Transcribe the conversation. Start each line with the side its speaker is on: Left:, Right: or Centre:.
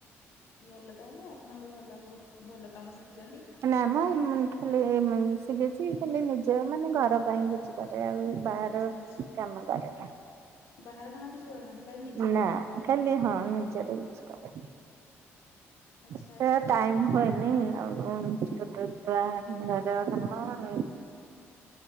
Left: ଭଲ ତାହେଲେ ଆପଣଙ୍କର ଭଲ ବହୁତ୍ ଭଲ କାମ ଶିଖିଚନ୍ତି।
Right: ନା ମ ମୁଁଇ ଖାଲି ଶିଖିଚି ଖାଲି ନିଜ ମାନେ ଘର ପାଇଁ କିଛି କରେ ଆଉ ବାହାର
Left: ଆଚ୍ଛା ଆଚ୍ଛା
Right: କାମ କରେନା।
Left: ବାହାର କାମ କିଛି କରୁନାହାନ୍ତି? ଖାଲି ନିଜର
Right: ନା
Left: ଯାହା
Right: ଖାଲି ହଁ ନିଜର କିଛି କରେ।
Left: ଆଚ୍ଛା
Right: ସେ
Left: ଆଚ୍ଛା
Right: ଟାଇମ୍ ହୁଏନି। ଆଉ ଛୋଟ ଛୁଆ ଘର କାମ ଆଉ?